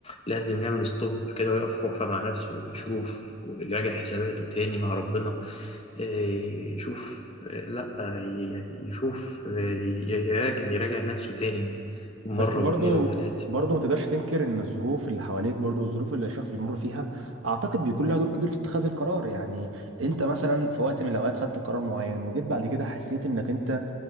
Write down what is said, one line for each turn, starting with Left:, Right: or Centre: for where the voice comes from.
Left: لازم يعمل ستوب كده ويقف وقفة مع نفسه ويشوف يراجع حساباته تاني مع ربنا إيه، يشوف إيه، لا ي- يشوف إيه، ي- يراجع يراجع نفسه تاني مرة
Right: بس برضو
Left: واتنين وتلاتة
Right: برضو ما تقدرش تنكر ان الظروف اللي حواليك برضو والظروف اللي الشخص بيمر فيها اعتقد بيكون لها دور كبير في اتخاذ القرار يعني انت مثلا في وقت من الاوقات خدت قرار معين وجيت بعد كده حسيت انك انت